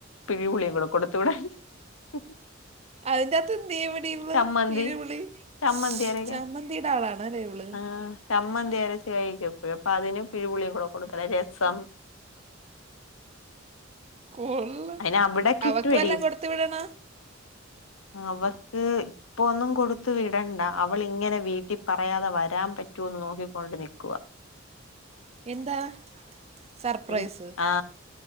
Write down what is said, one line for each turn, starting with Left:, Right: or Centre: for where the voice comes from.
Left: പിഴ്പുളിയുംകൂടെ കൊടുത്തു വിടാൻ ഉം
Right: അതിന്റത്ത്ന് ദേവിടീവ്ള്
Left: ചമ്മന്തി
Right: വീരുവിളി
Left: ചമ്മന്തി അരയ്ക്കാൻ
Right: ചമ്മന്തിയുടെ ആളാണലേവ്ള്
Left: ആ ചമ്മന്തി അരച്ച് കഴിക്കെപ്പോഴും അപ്പതിന് പിഴുപുളികൂടെ കൊടുക്കല രസം
Right: കൊള്ള്
Left: അതിന് അവിടെ കിട്ടുവെടി
Right: അവക്ക് വല്ലാം കൊടുത്തു വിടണ
Left: അവർക്ക് ഇപ്പൊ ഒന്നും കൊടുത്തു വിടണ്ട അവളിങ്ങനെ വീട്ടിപറയാതെ വരാൻ പറ്റോന്ന് നോക്കിക്കൊണ്ട് നിക്കുവ
Right: എന്താ സർപ്രൈസ്
Left: ഇൻ ആ